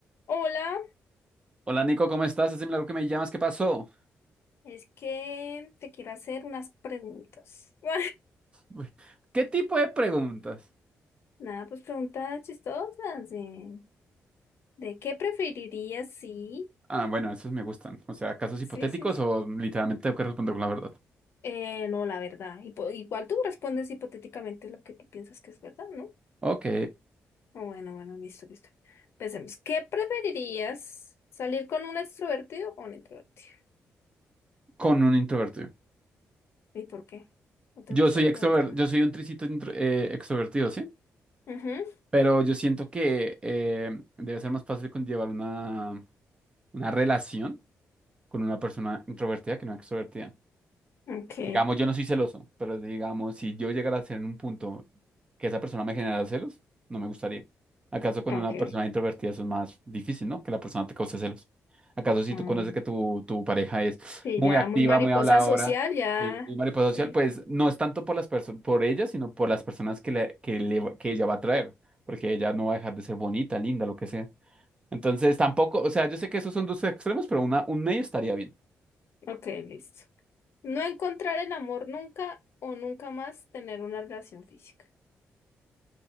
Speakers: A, on the left (about 60°); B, on the right (about 20°).
A: Hola,
B: Hola Nico, ¿cómo estás? Es milagro que me llamas, ¿qué pasó?
A: es que te quiero hacer unas preguntas. <laughs>
B: Uy, ¿Qué tipo de preguntas?
A: Nada, pues preguntas chistosas. ¿De, de qué preferirías si?
B: Ah, bueno, esos me gustan. O sea, casos
A: Sí,
B: hipotéticos
A: sí, sí.
B: o literalmente tengo que responder con la verdad.
A: Eh, no, la verdad. Hipo- Igual tú respondes hipotéticamente lo que tú piensas que es verdad, ¿no?
B: Ok,
A: Ah, Bueno, bueno, listo, listo. Pensemos, ¿qué preferirías? ¿Salir con un extrovertido o un introvertido?
B: con un introvertido.
A: ¿Y por qué? ¿No te
B: Yo
A: gusta
B: soy
A: que
B: extrovertido,
A: otro?
B: yo soy un tricito intro- eh, extrovertido, ¿sí?
A: Ujú,
B: Pero yo siento que eh, debe ser más fácil conllevar una, una relación con una persona introvertida que no extrovertida.
A: Ok,
B: Digamos, yo no soy celoso, pero digamos, si yo llegara a ser en un punto que esa persona me generara celos, no me gustaría. ¿Acaso con
A: ok.
B: una persona introvertida eso es más difícil, ¿no? Que la persona te cause celos. ¿Acaso si
A: mm.
B: tú conoces que tu, tu pareja es
A: Sí,
B: muy
A: ya
B: activa,
A: muy mariposa
B: muy habladora,
A: social, ya.
B: sí, muy mariposa social,
A: Sí.
B: pues no es tanto por las perso- por ella, sino por las personas que, le, que, le va- que ella va a traer, porque ella no va a dejar de ser bonita, linda, lo que sea. Entonces, tampoco, o sea, yo sé que esos son dos extremos, pero una, un medio estaría bien.
A: Ok, listo. No encontrar el amor nunca o nunca más tener una relación física.